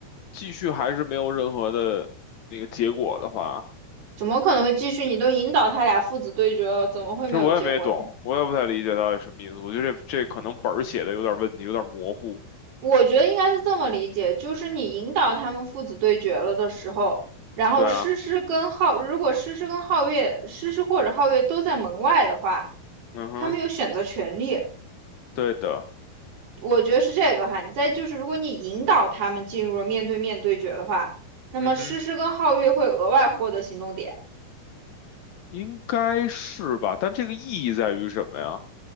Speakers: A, on the left; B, on the right.
A: 继续还是没有任何的那个结果的话，
B: 怎么可能会继续？你都引导他俩父子对决了，怎么会没有结果呢？
A: 其实我也没懂，我也不太理解到底什么意思。我觉得这这可能本儿写的有点问题，有点模糊。
B: 我觉得应该是这么理解，就是你引导他们父子对决了的时候，然后诗诗跟浩，
A: 对啊，
B: 如果诗诗跟皓月，诗诗或者皓月都在门外的话，
A: 嗯哼，
B: 他们有选择权利。
A: 对的，
B: 我觉得是这个哈，你再就是，如果你引导他们进入了面对面对决的话，那么诗诗跟皓月会额外获得行动点。
A: 嗯哼，应该是吧？但这个意义在于什么呀？